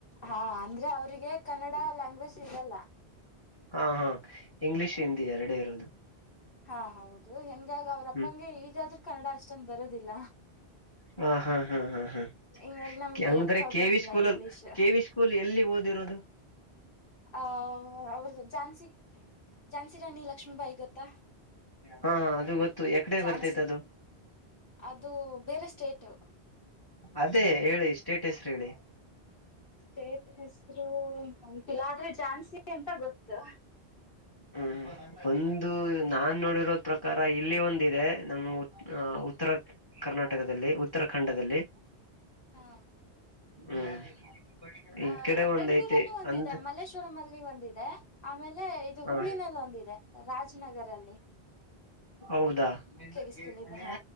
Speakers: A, on the left (about 55°); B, on the left (about 20°).
A: ಹಾ ಅಂದ್ರೆ ಅವ್ರಿಗೆ ಕನ್ನಡ ಲ್ಯಾಂಗ್ವೇಜ್ ಇರಲ್ಲ
B: ಹಾ ಹಾ ಇಂಗ್ಲಿಷ್ ಹಿಂದಿ ಎರಡ ಇರೋದು
A: ಹಾ ಹೌದು ಹೆಂಗಾಗ ಅವ್ರ ಅಪ್ಪಂಗೆ
B: ಹ್ಮ್
A: ಈಗಾದ್ರೂ ಕನ್ನಡ ಅಷ್ಟೊಂದು ಬರೋದಿಲ್ಲ
B: ಹ ಹಾ ಹಾ ಹಾ ಹಾ
A: ಹಿಂಗಾಗಿ ನಮ್ಗೆ
B: ಅಂಗಂದ್ರೆ
A: ಪ್ರಾಬ್ಲಮ್
B: ಕೆ ವಿ
A: ಇಲ್ಲ
B: ಸ್ಕೂಲ
A: English
B: ಅಲ್ಲಿ K V school school ಎಲ್ಲಿ ಓದಿರೋದು
A: ಆ ಅವ್ರದ್ದ ಝಾನ್ಸಿ ಜಝಾನ್ಸಿ ರಾಣಿ ಲಕ್ಷ್ಮೀಬಾಯಿ ಗೊತ್ತಾ
B: ಹಾ ಅದು ಗೊತ್ತು ಎಕಡೆ
A: ಜಝಾನ್ಸಿ
B: ಬರ್ತೈತ್ ಅದು
A: ಅದು ಬೇರೆ ಸ್ಟೇಟ್
B: ಅದೇ ಹೇಳಿ ಸ್ಟೇಟಸ ಹೇಳಿ
A: ಸ್ಟೇಟಸ್ರು ಗೊತ್ತಿಲ್ಲ ಆದ್ರೆ ಜಾನ್ಸಿ ಅಂತ ಗೊತ್ತು
B: ಹ್ಮ್ ಒಂದು ನಾನ್ ನೋಡಿರೋದ್ ಪ್ರಕಾರ ಇಲ್ಲಿ ಒಂದ ಇದೆ ನಮ್ಮ ಉತ್ತರ ಕರ್ನಾಟಕದಲ್ಲಿ ಉತ್ತರಾಖಂಡದಲ್ಲಿ
A: ಹಾ
B: ಹ್ಮ್ ಈ
A: ಆ
B: ಕಡೆ ಒಂದ್
A: ಬೆಂಗಳೂರಲ್ಲೂ
B: ಐತೆ
A: ಒಂದಿದೆ
B: ಅಂದ
A: ಮಲ್ಲೇಶ್ವರಂ ಅಲ್ಲಿ ಒಂದಿದೆ ಆಮೇಲೆ ಇದು
B: ಹ
A: ಹುಬ್ಳಿನಲ್ಲಿ ಒಂದಿದೆ ರಾಜನಗರಲ್ಲಿ
B: ಹೌದಾ ಹ್ಮ್
A: ಕೆ ವಿ ಸ್ಕೂಲ್ ಇದೆ ಹಾ